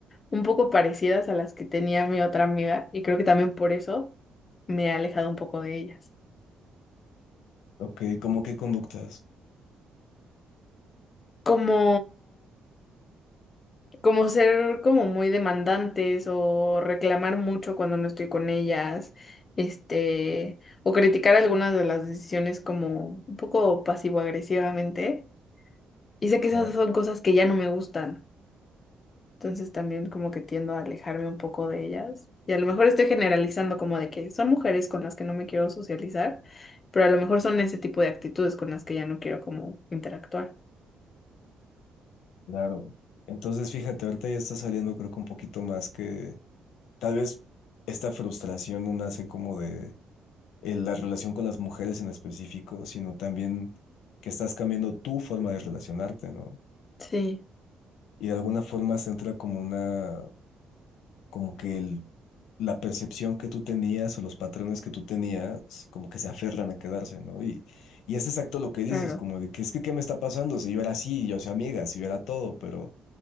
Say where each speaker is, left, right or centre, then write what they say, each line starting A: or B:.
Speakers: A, on the left; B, on the left.
A: un poco parecidas a las que tenía mi otra amiga y creo que también por eso me he alejado un poco de ellas.
B: Ok, ¿cómo qué conductas?
A: Como, como ser como muy demandantes o reclamar mucho cuando no estoy con ellas, este, o criticar algunas de las decisiones como un poco pasivo-agresivamente. Y sé que esas
B: Ah,
A: son cosas que ya no me gustan. Entonces también como que tiendo a alejarme un poco de ellas. Y a lo mejor estoy generalizando como de que son mujeres con las que no me quiero socializar, pero a lo mejor son ese tipo de actitudes con las que ya no quiero como interactuar.
B: claro. Entonces, fíjate, ahorita ya está saliendo creo que un poquito más que Tal vez esta frustración no nace como de eh, la relación con las mujeres en específico, sino también que estás cambiando tu forma de relacionarte, ¿no?
A: Sí,
B: Y de alguna forma se entra como una, como que el, la percepción que tú tenías o los patrones que tú tenías, como que se aferran a quedarse, ¿no? Y, y es exacto lo que dices,
A: claro.
B: como de que es que, ¿qué me está pasando? Si yo era así, yo soy amiga, si yo era todo, pero